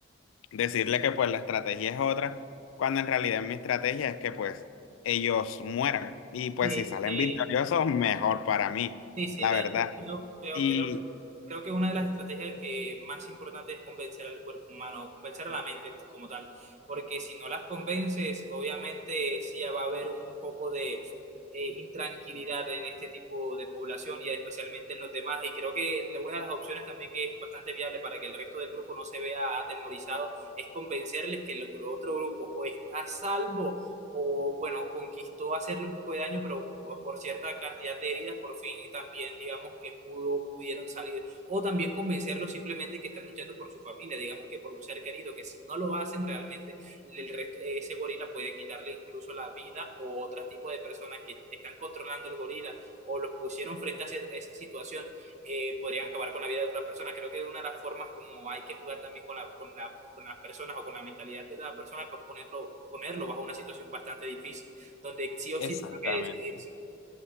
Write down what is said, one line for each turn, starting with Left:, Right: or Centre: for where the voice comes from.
Left: decirle que pues la estrategia es otra, cuando en realidad mi estrategia es que pues ellos mueran y pues
Right: Sí,
Left: si salen
Right: sí.
Left: victoriosos, mejor para mí,
Right: Sí, sí,
Left: la
Right: de
Left: verdad.
Right: hecho, yo creo,
Left: Y
Right: creo, que- creo que una de las estrategias que más importante es convencer al cuerpo humano, o convencer a la mente como tal, porque si no las convences, obviamente sí ya va a haber un poco de eh, intranquilidad en este tipo de población y especialmente en los demás, y creo que la- una de las opciones también que es bastante viable para que el resto del grupo no se vea atemorizado es convencerles que el gru- otro grupo o está a salvo o bueno, conquistó hacerle un poco de daño, pero por cierta cantidad de heridas, por fin también digamos que pudo, pudieron salir, o también convencerlos simplemente que están luchando por su familia, digamos que por un ser querido, que si no lo hacen realmente, el rest- ese gorila puede quitarle incluso la vida o otro tipo de personas que están controlando el gorila o los pusieron frente a ese- esa situación eh, podrían acabar con la vida de otras personas. Creo que una de las formas como hay que jugar también con, la, con, la, con las personas o con la mentalidad de la persona es pues, ponerlo, ponerlo bajo una situación bastante difícil, donde sí o
Left: exactamente.
Right: sí tenga que decidirse.